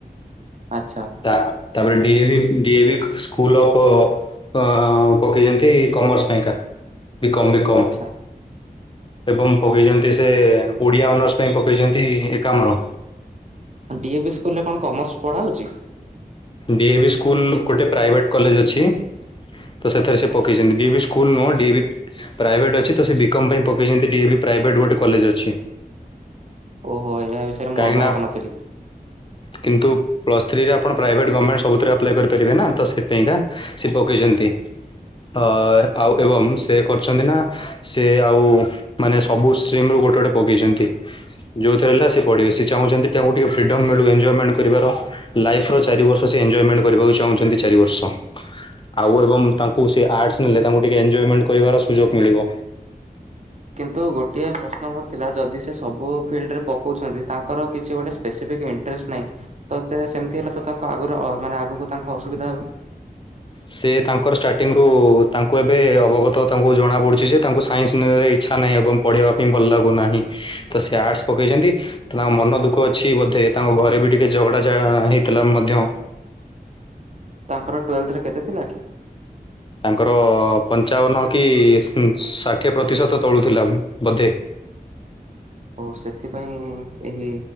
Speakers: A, on the right (about 45°); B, on the left (about 30°).
A: ଆଛା।
B: ତା ତାପରେ ଡିଏଭି ଡିଏଭି ସ୍କୁଲ ଅଫ୍ ତ ପକେଇଛନ୍ତି କମର୍ସ ପାଇଁକା ବିକମ ବିକମ୍
A: ଆଚ୍ଛା।
B: ଏବଂ ପକେଇଛନ୍ତି ସେ ଓଡିଆ ଅନର୍ସ ପାଇଁ ପକେଇଛନ୍ତି ଏକାମ୍ର।
A: ଡିଏ ବି ସ୍କୁଲରେ କଣ କମର୍ସ ପଢ଼ା ହେଉଛି?
B: ଡିଏଭି ସ୍କୁଲ ଗୋଟେ ପ୍ରାଇଭେଟ କଲେଜ ଅଛି। ତ ସେଥିରେ ସେ ପକେଇଛନ୍ତି ଡି ଏ ବି ସ୍କୁଲ ନୁହଁ ଡିଏ ବି ପ୍ରାଇଭେଟ ଅଛି ତ ସେ ବିକମ ପାଇଁ ପକେଇଛନ୍ତି ଡି ଏ ବି ପ୍ରାଇଭେଟ ଗୋଟେ କଲେଜ ଅଛି।
A: ଓହୋ ଏହା ବିଷୟରେ
B: କାହିଁକିନା
A: ମୁଁ ଅବଗତ ନଥିଲି।
B: କିନ୍ତୁ ଫ୍ରୀରେ ଆପଣ ପ୍ରାଇଭେଟ୍ ଗମେଣ୍ଟ ସବୁଥିରେ ଆପ୍ଲାଏ କରିପାରିବେ ନା ତ ସେଥିପାଇଁକା ସ ସେ ପକେଇଛନ୍ତି। ଅ ଆଉ ଏବଂ ସେ କରିଛନ୍ତି ନା ସେ ଆଉ ମାନେ ସବୁ ଷ୍ଟ୍ରିମରୁ ଗୋଟେ ଗୋଟେ ପକେଇଛନ୍ତି। ଯେଉଥିରେ ହେଲା ସେ ପଢିବେ ସେ ଚାହୁଁ ତାଙ୍କୁ ଟିକେ ଫ୍ରିଡ଼ମ୍ ମିଳୁ ଏଞଜୟମେଣ୍ଟ କରିବାର। ଲାଇଫର ଚାରି ବର୍ଷ ସେ ଏଞ୍ଜଏମେଣ୍ଟ କରିବାକୁ ଚାହୁଁଛନ୍ତି ଚାରି ବର୍ଷ। ଆଉ ଏବଂ ତାଙ୍କୁ ସେ ଆର୍ଟସ ନେଲେ ତାଙ୍କୁ ଟିକେ ଏଞ୍ଜଏମେଣ୍ଟ କରିବାର ସୁଯୋଗ ମିଳିବ।
A: କିନ୍ତୁ ଗୋଟିଏ ପ୍ରଶ୍ନ ମୋର ଥିଲା ଯଦି ସେ ସବୁ ଫିଲ୍ଡରେ ପଉଛନ୍ତି ତାଙ୍କର କିଛି ଗୋଟେ ସ୍ପେସିଫିକ ଇଣ୍ଟ୍ରେଷ୍ଟ ନାହିଁ। ତ ସେ ସେମିତି ହେଲେ ତ ତାଙ୍କୁ ଆଗରୁ ମାନେ ଆଗକୁ ତାଙ୍କୁ ଅସୁବିଧା ହବ।
B: ସେ ତାଙ୍କର ଷ୍ଟାର୍ଟିଙ୍ଗରୁୁ ତାଙ୍କୁ ଏବେ ଅବଗତ ତାଙ୍କୁ ଜଣା ପଡୁଛି ଯେ ତାଙ୍କୁ ସାଇନ୍ସ ନେବେ ଇଚ୍ଛା ନାହିଁ ଏବଂ? ପଢ଼େଇବା ପାଇଁ ଭଲ ଲାଗୁନାହିଁ ତ ସେ ଆର୍ଟସ୍ ପକେଇଛନ୍ତି? ତା ମନ ଦୁଃଖ ଅଛି ବୋଧେ ତାଙ୍କ ଘରେ ବି ଟିକେ ଝଗଡା ହେଇଥିଲା ମଧ୍ୟ?
A: ତାଙ୍କର ଟୁଏଲ୍ଥ ରେ କେତେ ଥିଲା କି?
B: ତାଙ୍କର ପଂଚାବନା କି ଷାଠିଏ ପ୍ରତିଶତ ତଳୁଥିଲା ବୋଧେ?
A: ଓ ହୋ, ସେଥିପାଇଁ ଏହି